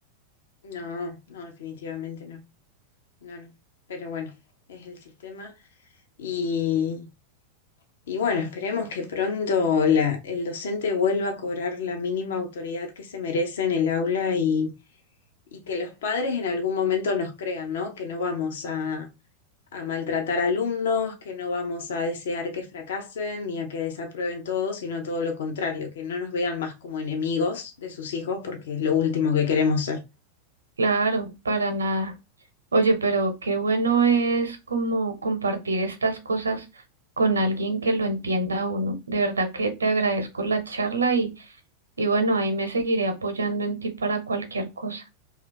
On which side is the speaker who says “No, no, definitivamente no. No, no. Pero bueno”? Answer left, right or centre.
Left